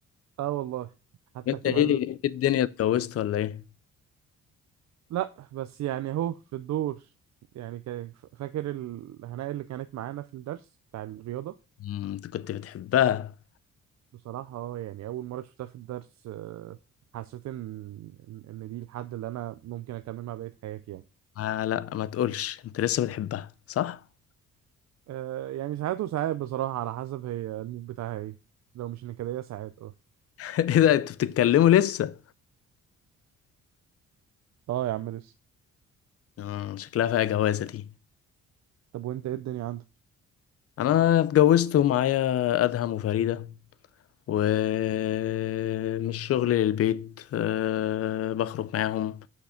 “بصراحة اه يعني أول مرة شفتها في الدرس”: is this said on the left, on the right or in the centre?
Right